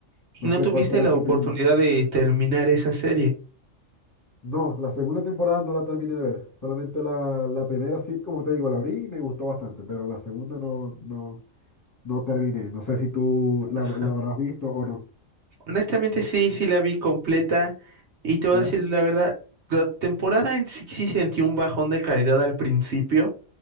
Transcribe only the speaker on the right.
¿y
no
tuviste
la
oportunidad
de terminar esa serie?
Ajá.
Honestamente sí, sí la vi completa y te voy
a decir la verdad, la temporada en sí sí sentí un bajón de calidad al principio,